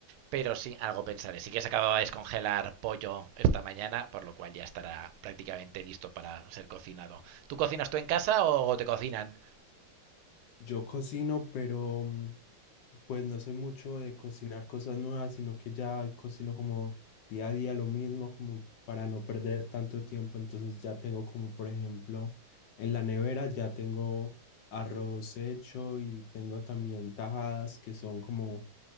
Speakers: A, on the right (about 80°); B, on the left (about 65°).
A: Pero sí, algo pensaré. Sí que se acababa de descongelar pollo esta mañana, por lo cual ya estará prácticamente listo para ser cocinado. ¿Tú cocinas tú en casa o te cocinan?
B: Yo cocino, pero mm, pues no soy mucho de cocinar cosas nuevas, sino que ya cocino como día a día lo mismo, como para no perder tanto tiempo. Entonces ya tengo como, por ejemplo, en la nevera ya tengo arroz hecho y tengo también tajadas que son como